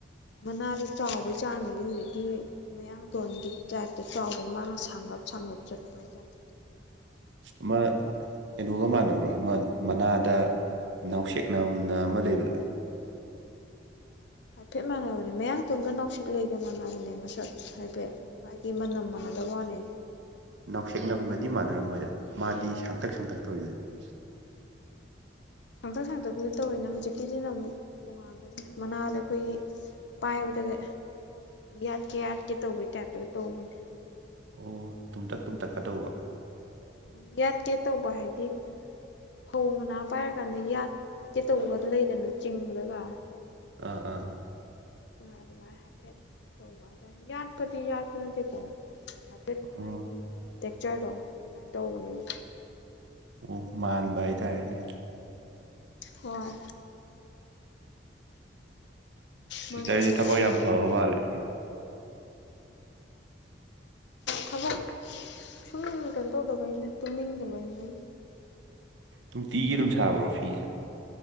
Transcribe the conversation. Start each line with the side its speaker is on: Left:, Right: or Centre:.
Left: ꯃꯅꯥꯁꯦ ꯆꯥꯎꯕꯩ ꯆꯥꯡꯃꯤꯗꯤ ꯍꯧꯖꯤꯛꯇꯤ ꯃꯌꯥꯡꯀꯣꯟꯒꯤ ꯇꯥꯏꯞꯇ ꯆꯥꯎꯗꯅ ꯃꯥꯅ ꯁꯥꯡꯂꯞ ꯁꯥꯡꯂꯞ ꯆꯠꯄ ꯍꯥꯏꯇꯥꯔꯦ
Right: ꯎ ꯃꯥ ꯀꯩꯅꯣꯒ ꯃꯥꯟꯅꯕ꯭ꯔꯣ ꯃꯃꯟ ꯃꯅꯥꯗ ꯅꯥꯎꯁꯦꯛ ꯅꯝꯅ ꯑꯃ ꯂꯩꯕꯗꯣ
Left: ꯍꯥꯏꯐꯦꯠ ꯃꯥꯟꯅꯕꯅꯦ ꯃꯌꯥꯡ ꯇꯨꯒ ꯅꯥꯁꯤꯛ ꯂꯩꯒ ꯃꯥꯟꯅꯕꯅꯦ ꯃꯁꯛ ꯍꯥꯏꯐꯦꯠ ꯃꯥꯒꯤ ꯃꯅꯝ ꯃꯅꯗ ꯋꯥꯅꯦ
Right: ꯅꯥꯎꯁꯦꯛ ꯅꯝꯒꯗꯤ ꯃꯥꯟꯅꯔꯝ ꯃꯣꯏꯗ ꯃꯥꯗꯤ ꯁꯥꯡꯇꯛ ꯁꯥꯡꯇꯛ ꯇꯧꯔꯤꯗꯨꯗꯤ
Left: ꯁꯥꯡꯇꯛ ꯁꯥꯡꯇꯛꯄꯨꯗꯤ ꯇꯧꯔꯤꯦꯅ ꯍꯧꯖꯤꯛꯀꯤꯁꯤꯅ ꯑꯃꯨꯛ ꯇꯣꯉꯥꯟꯗꯣꯏꯅꯤ ꯃꯅꯥꯗ ꯑꯩꯈꯣꯏꯒꯤ ꯄꯥꯏꯕꯗꯒ ꯌꯥꯠꯀꯦ ꯌꯥꯠꯀꯦ ꯇꯧꯕꯩ ꯇꯥꯏꯞꯇꯒ ꯇꯧꯕꯅꯦ
Right: ꯑꯣ ꯇꯨꯝꯇꯛ ꯇꯨꯝꯇꯛꯀꯗꯧꯕ
Left: ꯎ ꯌꯥꯠꯀꯦ ꯇꯧꯕ ꯍꯥꯏꯗꯤ ꯐꯧ ꯃꯅꯥ ꯄꯥꯏꯔꯀꯥꯟꯗ ꯌꯥꯠꯀꯦ ꯇꯧꯕ ꯂꯩꯗꯅ ꯆꯤꯡꯕꯗꯒ
Right: ꯑꯥ ꯑꯥ
Left: ꯑꯗꯨꯃꯥꯏꯅ ꯍꯥꯏꯐꯦꯠ ꯇꯧꯕ ꯍꯥꯏꯇꯥꯔꯦ ꯌꯥꯠꯄꯗꯤ ꯌꯥꯠꯄ ꯅꯠꯇꯦꯀꯣ ꯍꯥꯏꯐꯦꯠ
Right: ꯑꯣ
Left: ꯃꯥꯒꯤ ꯇꯦꯛꯆꯔꯗꯣ ꯑꯗꯨꯃꯥꯏꯅ ꯇꯧꯕꯅꯦꯕ
Right: ꯑꯣ ꯃꯥꯟꯕ ꯍꯥꯏꯇꯥꯔꯦꯅꯦ
Left: ꯍꯣꯏ ꯃꯅꯝ
Right: ꯍꯤꯁꯇꯔꯤꯁ
Left: ꯅꯨꯡꯁꯤꯕꯅꯤ
Right: ꯊꯕꯛ ꯌꯥꯝ ꯐꯕ ꯃꯥꯜꯂꯦ
Left: ꯊꯕꯛ ꯁꯨꯝ ꯀꯩꯅꯣ ꯇꯧꯗꯕꯩꯅꯦ ꯇꯨꯝꯅꯤꯡꯗꯕꯩꯅꯦ
Right: ꯅꯨꯡꯇꯤꯒꯤ ꯑꯗꯨꯝ ꯁꯥꯕ꯭ꯔꯣ ꯐꯤꯁꯦ